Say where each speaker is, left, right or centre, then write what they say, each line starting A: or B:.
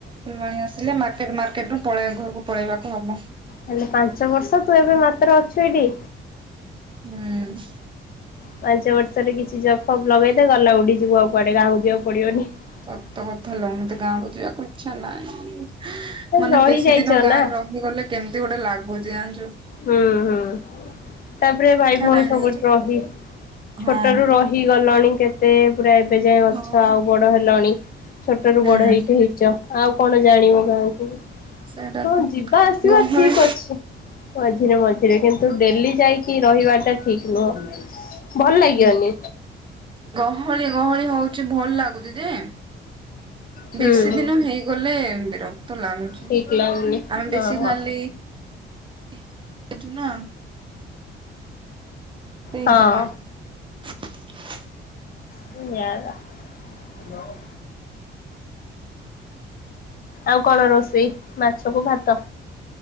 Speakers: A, on the right; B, on the left.
A: ଫୁଲବାଣୀ ଆସିଲେ ମାର୍କେଟ ମାର୍କେଟ ରୁ ପଳେଇବା ଘରକୁ ପଳେଇବାକୁ ହବ।
B: ହେଲେ ପାଞ୍ଚ ବର୍ଷ ତୁ ଏବେ ମାତ୍ର ଅଛୁ ଏଠି
A: ହୁଁ।
B: ପାଞ୍ଚ ବର୍ଷରେ କିଛି ଜଫପ୍ ଲଗେଇଦ ଗଲା ଉଡିି ଯିବ ଆଉ । କୁଆଡେ ଗାଁକୁ ଯିବାକୁ ପଡିବନି ।
A: ସତ କଥା ଲୋ ମତେ ଗାଁକୁ ଯିବାକୁ ଇଛା ନାହିଁ । ମାନେ
B: ରହିଯାଇଛ
A: ବେଶି ଦିନ ଗାଁରେ
B: ନା
A: ରହିଗଲେ କେମତି ଗୋଟେ ଲାଗୁ। ବଜାଣିଛୁ।
B: ହୁଁ ହୁଁ । ତାପରେ ଭାଇ ଭଉଣୀ
A: ନାହିଁ
B: ସବୁଠ
A: ନାହିଁ ଯେ
B: ରହି
A: ହଁ।
B: ଛୋଟ ରୁ ରହି ଗଲଣି କେତେ ପୁରା ଏବେ ଯାଏ
A: ହଁ।
B: ଅଛ ଆଉ ବଡ ହେଲଣି । ଛୋଟ ରୁ
A: ହୁଁ
B: ବଡ ହେଇଠି ହେଇଛ । ଆଉ କଣ ଜାଣିବ କାହାକୁ ।
A: ସେଇଟା
B: ହୁଁ
A: ତ
B: ଯିବା ଆସିବା
A: ଗହଳି
B: ଠିକ ଅଛି । ମଝିରେ ମଝିରେ କିନ୍ତୁ । ତୁ ଡେଲି ଯାଇକି ରହିବାଟା । ଠିକ ନୁହଁ। ଭଲ ଲାଗିବନି
A: ହୁଁ ଗହଳି ଗହଳି ହଉଛି । କିଛି ଭଲ ଲାଗୁଛି। ଯେ
B: ହୁଁ
A: ବେଶୀ ଦିନ ହେଇଗଲେ ରକ୍ତ ଲାଗୁଛି
B: ଠିକ ଲାଗୁନି
A: ଆମେ
B: ହଁ
A: ବେଶୀ
B: ହଁ।
A: ଖାଲି ବୁଝୁନା ଏଇଥି
B: ହଁ
A: ପାଇଁ। <unintelligible>
B: ଶନ୍ୟଲା <inaudible> ଆଉ କଣ ରୋଷେଇ ମାଛକୁ ଭାତ?